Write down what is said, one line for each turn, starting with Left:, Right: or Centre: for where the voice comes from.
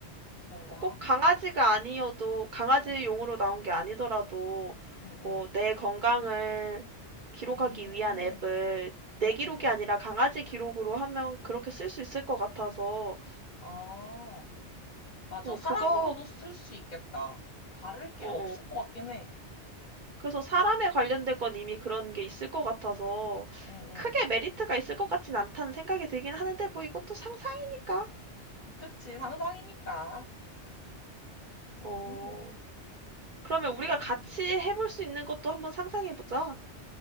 Left: 그런가?
Right: 꼭 강아지가 아니어도 강아지용으로
Left: 응,
Right: 나온 게 아니더라도
Left: 응, 응.
Right: 뭐 내 건강을 기록하기
Left: 음,
Right: 위한 앱을
Left: 응,
Right: 내 기록이
Left: 응, 응.
Right: 아니라 강아지 기록으로 하면 그렇게 쓸 수 있을 것 같아서
Left: 아, 맞아.
Right: 어
Left: 사람으로도
Right: 그거 어
Left: 쓸 수 있겠다. 다를 게
Right: 어
Left: 없을 것 같긴 해.
Right: 그래서 사람에 관련된 건 이미 그런 게 있을 것 같아서
Left: 응,
Right: 크게 메리트가 있을 것 같진 않다는 생각이 들긴 하는데 뭐 이것도 상상이니까.
Left: 응. 그치. 상상이니까. 음,
Right: 어. 그러면
Left: 또,
Right: 우리가 같이
Left: 음.
Right: 해볼 수 있는 것도 한번 상상해 보자.